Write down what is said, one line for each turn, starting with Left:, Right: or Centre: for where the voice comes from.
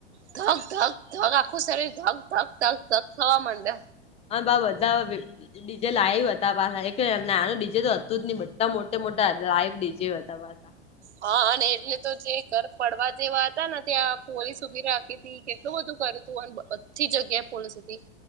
Right: ધક ધક ધક આખું શરીર ધક ધક ધક ધક થવા માંડે
Left: હા બાબધા ડીજે લાઈવ હતા પાછા એક નાનું ડીજે તો હતું જ નહ બધા મોટે મોટા લાઈવ ડીજે હતા પાછા
Right: હા અને એટલે તો જે ઘર પડવા જેવા હતા ને ત્યાં પોલીસ ઉભી રાખી હતી કેટલું બધું કર તું બધી જગ્યા પોલીસ હતી